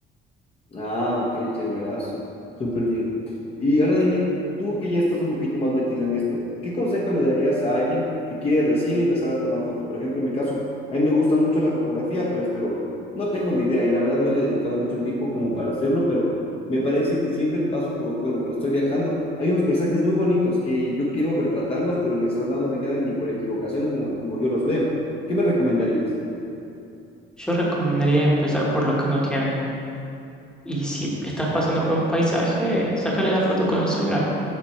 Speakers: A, on the left; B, in the centre.
A: Ah, ok, chéverazo. Súper bien. Y ahora dime, tú que ya estás un poquito más metido en esto, ¿qué consejo le darías a alguien que quiere recién empezar a tomar fotos? Por ejemplo, en mi caso, a mí me gusta mucho la fotografía, pues, pero no tengo ni idea y la verdad no le he dedicado mucho el tiempo como para hacerlo, pero me parece que siempre paso por, bueno, pero estoy viajando. Hay unos paisajes muy bonitos que yo quiero retratarlos, pero en el celular no me quedan ni por equivocación como, como yo los veo. ¿Qué me recomendarías?
B: Yo recomendaría empezar por lo que uno tiene. Y si estás pasando por un paisaje, sácale la foto con el celular.